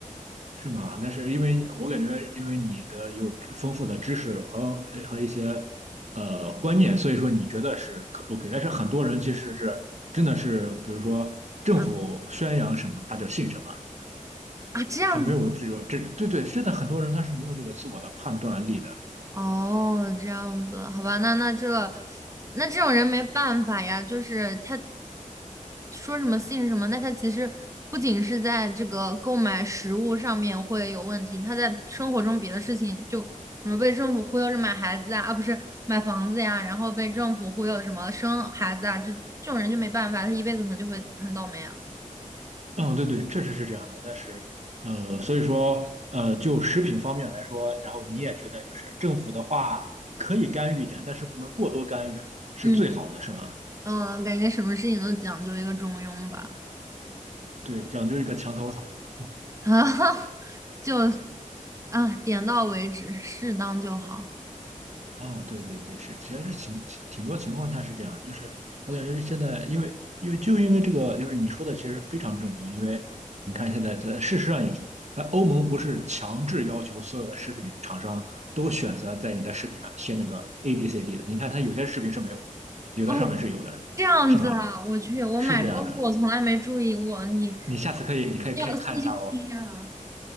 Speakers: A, on the right; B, on the right.
A: 是吗？那是因为我感觉，因为你的有丰富的知识和呃和一些呃观念，所以说你觉得是可 OK。但是很多人其实是真的是，比如说政府宣扬什么他就信什么。
B: 啊啊，这样子。
A: 他没有这有这，对对，是的，很多人他是没有这个自我的判断力的。
B: 哦，这样子，好吧，那那这那这种人没办法呀，就是他说什么信什么，那他其实不仅是在这个购买食物上面会有问题，他在生活中别的事情就什么被政府忽悠着买孩子啊，啊不是买房子呀，然后被政府忽悠什么生孩子啊，这这种人就没办法，他一辈子可能就会很倒霉啊。
A: 嗯，对对，确实是这样的。但是，呃，所以说，呃，就食品方面来说，然后你也觉得就是政府的话可以干预一点，但是不能过多干预，是最好的，
B: 嗯
A: 是吗？
B: 嗯，感觉什么事情都讲究一个中庸吧。
A: 对，讲究一个墙头草，是吧？
B: 啊，<laughs> 就啊，点到为止，适当就好。
A: 啊、对对对，是，其实是情挺多情况下是这样，就是我感觉现在，因为因为就因为这个，就是你说的其实非常正确，因为你看现在在事实上也是，它欧盟不是强制要求所有的食品厂商都选择在你的食品上贴那个 A B C D 的，你看它有些食品是没有的，有的上面是有的，
B: 哦，这样子啊，
A: 是吗？
B: 我去，我买东西我从来没注意过，
A: 是这样的，
B: 你
A: 你下次可以，你可以可以看一下哦。
B: 你有细心啊。